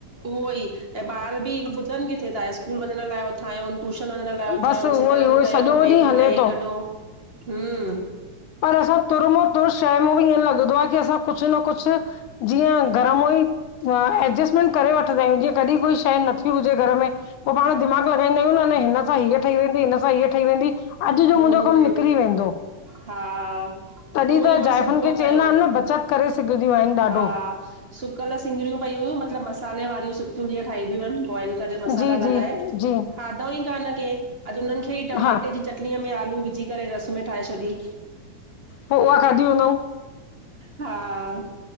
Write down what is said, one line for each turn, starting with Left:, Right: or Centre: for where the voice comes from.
Right: उहो ई ऐं ॿार बि ॿुधन किथे था स्कूल वञण लाइ उथांयोन। टूशन वञण लाइ उथायोन
Left: बसि उहो
Right: सिनानु
Left: ई उहो ई
Right: कयो
Left: सॼो ॾींहुं
Right: बेग
Left: हले
Right: मां हे
Left: थो
Right: कढो हूं।
Left: पर असां तुर मां तुर शइ में बि ईअं लॻदो आ की असां कुछ न कुछ जीअं गर्म हुई हा एडजस्टमेंट करे वठदा आयूं जीअं कॾीं कोई शइ नथी हुजे घर में पो पाण दिमाग़ु लॻाईंदा आयूं न हिनसां हीअ ठही वेंदी हिनसां हीअ ठही वेंदी। अॼु जो
Right: हूं
Left: मुंहिंजो कमु
Right: हि
Left: निकिरी वेंदो
Right: हा,
Left: तॾहिं
Right: उओई
Left: त
Right: मां
Left: जाइफ़ुनि
Right: सुबुह
Left: खे
Right: कयो,
Left: चवंदा आहिनि न बचति करे सघंदियूं आहिनि ॾाढो
Right: हा। सुकल सिंगरियूं पई हुयूं मतिलबु मसाले वारियूं सुकियूं जीअं ठाहिबियूं आहिनि, बॉइल। अॼ मसाला
Left: जी
Right: लॻाए
Left: जी जी
Right: खाधऊ ई कान के अॼ उन खेइ टमाटे
Left: हा
Right: जी चटडीअ में आलू विझी करे रस में ठाहे छॾी।
Left: पोइ उहा खाधी हूंदऊं
Right: हा,